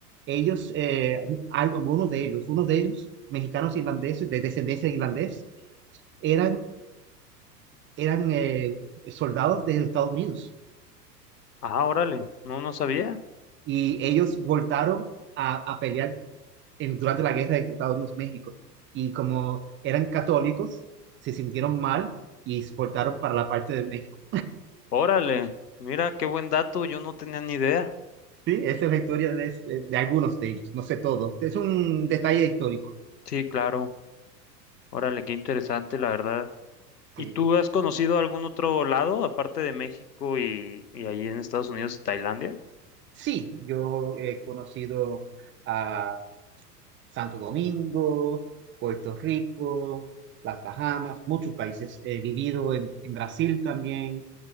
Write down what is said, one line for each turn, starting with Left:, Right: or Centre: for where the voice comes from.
Right: ellos, eh, algo- algunos de ellos, unos de ellos, mexicanos irlandeses, de descendencia irlandés, eran, eran eh, soldados de Estados Unidos.
Left: Ah, órale, no, no sabía.
Right: Y ellos voltaron a, a pelear en, durante la guerra de Tratado de México. Y como eran católicos, se sintieron mal y exportaron para la parte de México.
Left: Órale, mira, qué buen dato, yo no tenía ni idea.
Right: Sí, esa es la historia de, de algunos de ellos, no sé todo. Es un detalle histórico.
Left: Sí, claro. Órale, qué interesante, la verdad. ¿Y
Right: Sí,
Left: tú has conocido algún otro lado, aparte de México y, y allí en Estados Unidos y Tailandia?
Right: sí yo he conocido a Santo Domingo, Puerto Rico, las Bahamas, muchos países. He vivido en, en Brasil también